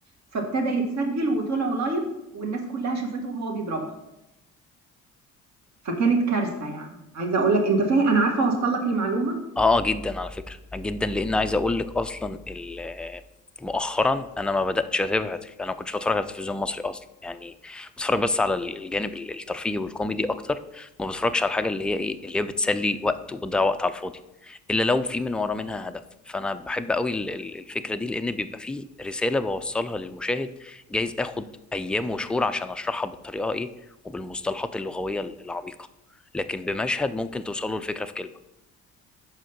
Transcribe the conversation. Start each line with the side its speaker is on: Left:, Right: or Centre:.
Right: فابتدى يتسجل وطلعوا لايف والناس كلها شافته وهو بيضربها فكانت كارثه يعني عايزه اقول لك انت فاهم انا عارفه اوصل لك المعلومه
Centre: اه جدا على فكرة جدا لان عايز اقول لك اصلا ال- مؤخرا انا ما بداتش اتابع تلف- انا ما كنتش بتفرج على التلفزيون المصري اصلا يعني بتفرج بس على الجانب ال- الترفيهي والكوميدي اكتر ما بتفرجش على الحاجه اللي هي ايه اللي هي بتسلي وقت وبتضيع وقت على الفاضي الا لو في من ورا منها هدف فانا بحب قوي ال- ال- الفكره دي لان بيبقى فيه رساله بوصلها للمشاهد جايز اخد ايام وشهور عشان اشرحها بالطريقه ايه وبالمصطلحات اللغويه العميقه لكن بمشهد ممكن توصله الفكره في كلمه